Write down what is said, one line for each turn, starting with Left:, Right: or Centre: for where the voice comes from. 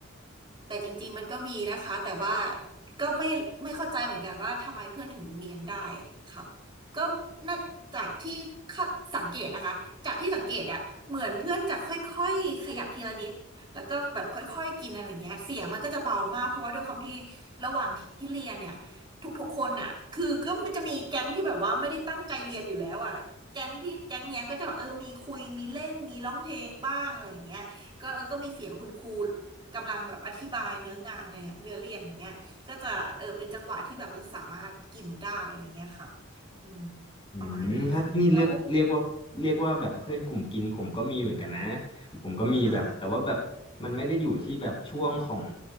Right: แต่จริงๆมันก็มีนะคะแต่ว่าก็ไม่ไม่เข้าใจเหมือนกันว่าทำไมเพื่อนถึงเนียนได้ค่ะก็น่าจากที่คาดสังเกตนะคะจากที่สังเกตอะเหมือนเพื่อนจะค่อยๆขยับทีละนิดแล้วก็แบบค่อยๆกินอะไรอย่างเงี้ยเสียงมันก็จะเบามากเพราะว่าด้วยความที่ระหว่างที่เรียนเนี่ยทุกๆคนอะคือก็มันจะมีแก๊งที่แบบว่าไม่ได้ตั้งใจเรียนอยู่แล้วอะแก๊งที่แก๊งเนี้ยก็จะแบบเออมีคุยมีเล่นมีร้องเพลงบ้างอะไรอย่างเงี้ยก็แล้วก็มีเสียงคุณครู กำลังแบบอธิบายเนื้องานอะไรเนียเนื้อเรียนอย่างเงี้ยก็จะเออเป็นจังหวะที่แบบว่าสามารถกินได้อะไรเงี้ยค่ะอืม
Left: อืมถ้านี่เรียกเรียกว่าเรียกว่าแบบเพื่อนกลุ่มกินผมก็มีเหมือนกันนะ
Right: ประมาณนี้ค่ะแล้ว
Left: ผมก็มีแบบแต่ว่าแบบมันไม่ได้อยู่ที่แบบช่วงของ
Right: ค่ะ